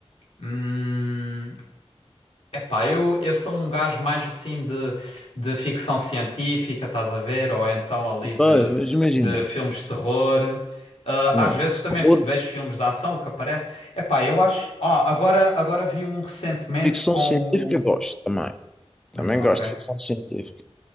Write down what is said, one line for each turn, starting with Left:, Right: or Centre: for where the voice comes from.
Left: Hum, epá, eu, eu sou um gajo mais assim de, de ficção científica, estás a ver? Ou então ali de,
Centre: Pá, mas imagina,
Left: de filmes de terror. Ah,
Centre: não,
Left: às vezes também
Centre: horror,
Left: f- vejo filmes de ação, o que aparece. Epá, eu acho. Ah, agora, agora vi um recentemente
Centre: ficção
Left: com
Centre: científica
Left: o.
Centre: gosto também.
Left: Hum,
Centre: Também
Left: ok.
Centre: gosto de ficção científica,